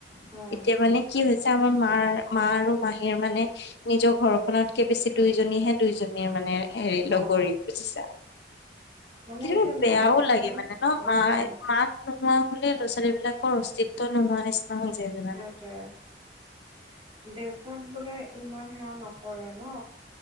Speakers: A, on the right (about 30°); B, on the left (about 65°).
A: হুম
B: এতিয়া মানে কি হৈছে আমাৰ মাৰ মা আৰু মাহীৰ মানে নিজৰ ঘৰখনতকে বেছি দুইজনীহে দুইজনীৰ মানে হেৰি লগৰী
A: অ
B: বুজিছা
A: মানে
B: কিন্তু
A: এতিয়া
B: বেয়াও
A: নাই যে
B: লাগে মানে এক
A: উম
B: মা মাক নোহোৱা হলে ল'ৰা ছোৱালী বিলাকৰ অসিত্ব নোহোৱা নিচিনা, ন হৈ যায় লত
A: সেইটোৱে দেউতাক বোৰে ইমান সেয়া নকৰে ন